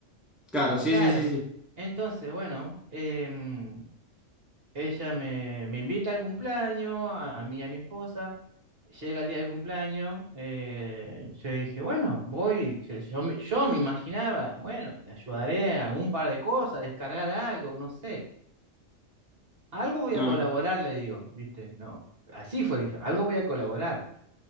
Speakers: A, in the centre; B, on the right (about 45°).
A: Claro, sí,
B: Claro.
A: sí, sí,
B: Entonces, bueno, em, ella me, me invita al cumpleaños, a, a mí y a mi esposa. Llega el día del cumpleaños, eh, yo dije, bueno, voy, yo, yo me yo me imaginaba, bueno, le ayudaré en algún par de cosas, a descargar algo, no sé. Algo voy
A: sí.
B: a colaborar, le digo, ¿viste? No, así fue, dije, algo voy a colaborar.